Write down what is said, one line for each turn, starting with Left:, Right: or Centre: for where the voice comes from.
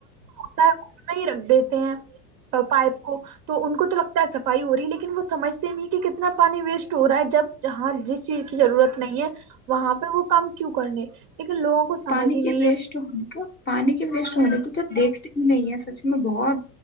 Right: ہوتا ہے میں ہی رکھ دیتے ہیں پائپ کو تو ان کو تو لگتا ہے صفائی ہو رہی ہے لیکن وہ سمجھتے نہیں کہ کتنا پانی ویسٹ ہو رہا ہے جب جہاں جس چیز کی ضرورت نہیں ہے وہاں پہ وہ کام کیوں کرنے لیکن لوگوں کو سمجھ
Left: پانی
Right: ہی
Left: کے
Right: نہیں
Left: وسٹ
Right: ہے
Left: ہونے کو پانی کے وسٹ ہونے کو تو دیکھتی ہی نہیں ہے سچ میں بہت